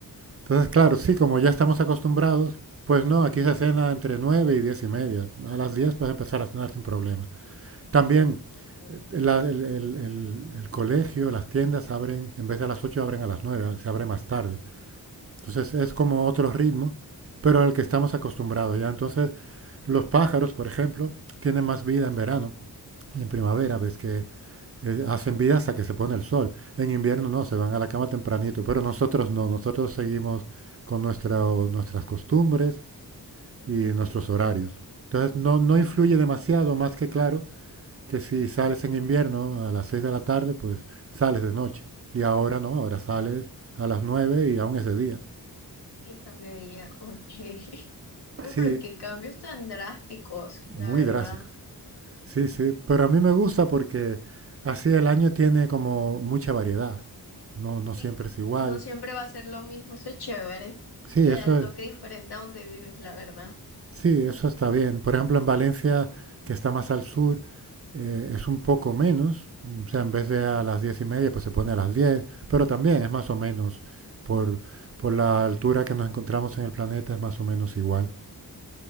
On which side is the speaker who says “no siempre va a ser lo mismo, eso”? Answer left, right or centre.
Left